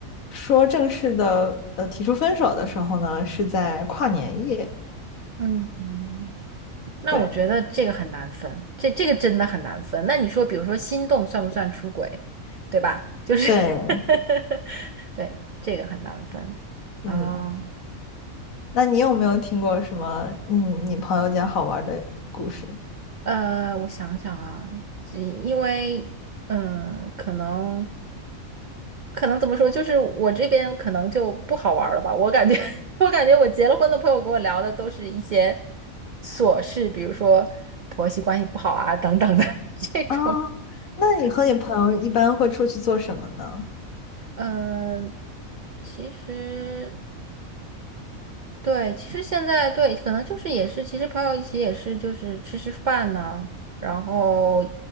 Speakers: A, on the left; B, on the right.
A: 说正式的呃提出分手的时候呢，是在跨年夜。
B: 嗯。那我觉得这个很难分，
A: 对
B: 这这个真的很难分。那你说，比如说心动算不算出轨，对吧？就是
A: 对，
B: <laughs> 对，这个很难分啊。
A: 嗯，那你有没有听过什么嗯你朋友间好玩的故事？
B: 呃，我想想啊，因因为嗯、呃可能可能怎么说，就是我这边可能就不好玩儿了吧。我感觉 <laughs>，我感觉我结了婚的朋友跟我聊的都是一些琐事，比如说婆媳关系不好啊等等的 <laughs> 这种。
A: 啊，那你和你朋友一般会出去做什么呢？
B: 嗯，其实对，其实现在对，可能就是也是，其实朋友一起也是，就是吃吃饭呢、然后